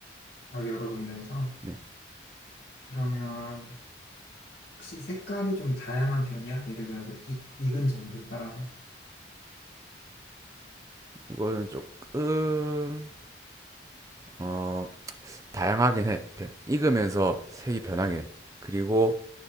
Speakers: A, on the left; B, on the right.
A: 어, 여러 군데에서?
B: 네,
A: 그러면 혹시 색깔이 좀 다양한 편이야? 예를 들어서 익, 익은 정도에 따라서?
B: 이거는 조금 어, 다양하긴 해. 변- 익으면서 색이 변하긴 해. 그리고